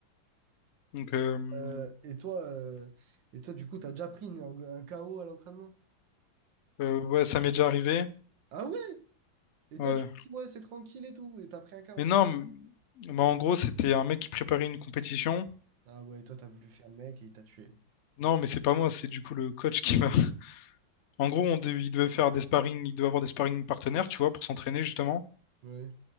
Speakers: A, on the left; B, on the right.
A: Donc, euh,
B: Euh, et toi, euh, et toi, du coup, t'as déjà pris une- un, un KO à l'entraînement?
A: euh, ouais, ça m'est déjà arrivé.
B: Ah ouais Et
A: Ouais.
B: toi, tu me dis, ouais, c'est tranquille et tout, et t'as pris un KO.
A: Mais non, m- bah, en gros, c'était un mec qui préparait une compétition.
B: Ah ouais, et toi, t'as voulu faire le mec et il t'a tué.
A: Non, mais c'est pas moi, c'est du coup le coach qui m'a. <laughs> En gros, on dev- il devait faire des sparring, il devait avoir des sparring partenaires, tu vois, pour s'entraîner justement.
B: Ouais.